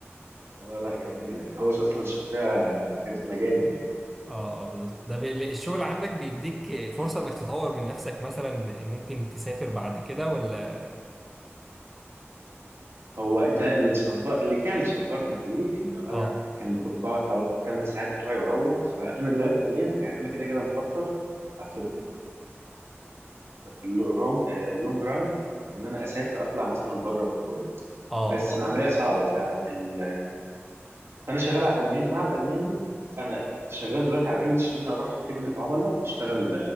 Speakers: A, on the right; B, in the centre.
A: اه لا جميل يعني هو اصلا شخصيه كاريزما جامد يعني
B: اه اه بالظبط ده بي- الشغل عندك بيديك فرصة انك تطور من نفسك مثلا ممكن تسافر بعد كده ولا
A: هو ده اللي مصبر اللي كان مصبرني عليه انه
B: اه
A: انا كان كنت بقعد حوالي 8 ساعات بتوعي واروح فانا دلوقتي حاليا يعني انا كده كده مخطط في اللونج ران ان انا اسافر اطلع مثلا بره في اوروبا
B: اه
A: بس
B: اه
A: العمليه
B: اه
A: صعبه فال... فانا شغال على الالماني مع الالماني انا شغال دلوقتي على الانجليش ان انا اروح خدمه عملاء اشتغل